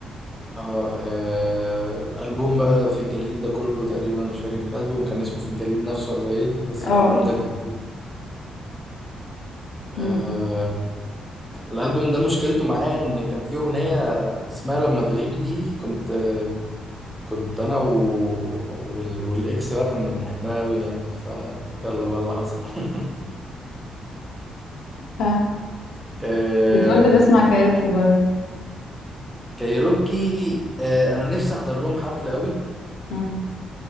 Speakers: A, in the centre; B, on the left (about 80°).
A: اه آه، البوم بقى في الجليد ده كله تقريبا مش فاكر الالبوم كان اسمه في الجليد نفسه ولا ايه بس
B: اه
A: الالبوم
B: اه
A: ده كان آه
B: مم.
A: الالبوم ده مشكلته معاه ان كان فيه اغنيه اسمها لما تغيبي دي كنت آه، كنت انا و... وال... والاكس بقى كنا بنحبها قوي يعني فيلا بقى اللي حصل <laughs>
B: ف-
A: آه...
B: بتقول بتسمع كايروكي برضو
A: كايروكي آه... انا نفسي احضر لهم حفله قوي
B: مم.